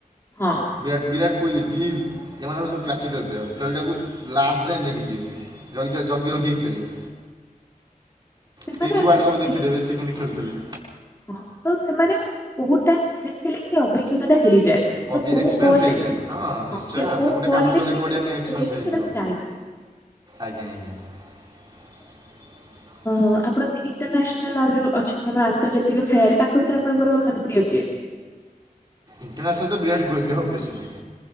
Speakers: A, on the left (about 20°); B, on the right (about 30°).
A: ହଁ।
B: ବିରାଟ୍- ବିରାଟ୍ କୋହଲି, ଗିଲ୍ ଏମାନେ ହଉଚନ୍ତି କ୍ଲାସିକାଲ୍ ପ୍ଲେୟର୍ ଖେଳଟାକୁ ଲାଷ୍ଟ୍ ଯାଏଁ ନେଇକି ଯିବେ। ଜଗି- ଜ-ଜଗି ରଖି
A: ଆଜ୍ଞା
B: କି ଖେଳିବେ।
A: ସେମାନେ
B: ତେଇଶି
A: ଆକ୍ଚୁଆଲି
B: ୱାର୍ଲଡ୍ କପ୍ ଦେଖିଦେବେ
A: ଦେଖିକି
B: ସିଏ କେନ୍ତି
A: ହଁ
B: ଖେଳୁଥିଲେ।
A: ହଁ ତ ସେମାନେ ବହୁତ୍ ଟାଇମ୍ ଖେଳି ଖେଳି ସେ ଅଭିଜ୍ଞତା ଟା ହେଇଯାଏ। ତ
B: ଅଭି-
A: କୋଉ
B: ଏକ୍ସପିରିଏନ୍ସ
A: ବଲରେ
B: ହେଇଯାଏ।
A: କେମି
B: ହଁ ନିଶ୍ଚୟ
A: କେ-
B: ଆମେ
A: କୋଉ
B: ଗୋଟେ
A: ବଲରେ
B: କାମ କଲେ
A: କେମିତି
B: କଉଠି ଏକ୍ସପିରିଏନ୍ସ
A: ଖେଳିବେ
B: ହେଇଯିବ।
A: ସେଟା ସେ ଜାଣିଛନ୍ତି।
B: ଆଜ୍ଞା -ଆଜ୍ଞା। <inaudible>
A: ହଁ ଆପଣ ଇଣ୍ଟରନାସନାଲ୍ ଆଉ ଯଉ ଅଛନ୍ତି ଆମର ଆନ୍ତର୍ଜାତିକ ଖେଳାଳି ତାଙ୍କ ଭିତରେ ଆପଣଙ୍କର ମାନେ ପ୍ରିୟ କିଏ?
B: ଇଣ୍ଟରନାସନାଲ୍ ତ ବିରାଟ୍ କୋହଲି ଓବେଶ୍ଲି।